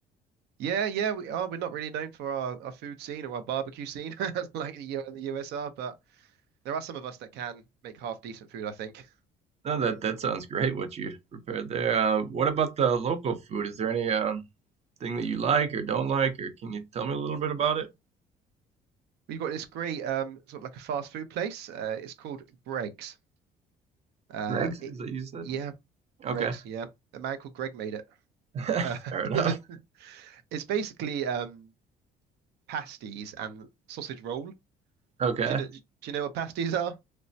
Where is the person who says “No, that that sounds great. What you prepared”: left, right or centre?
Right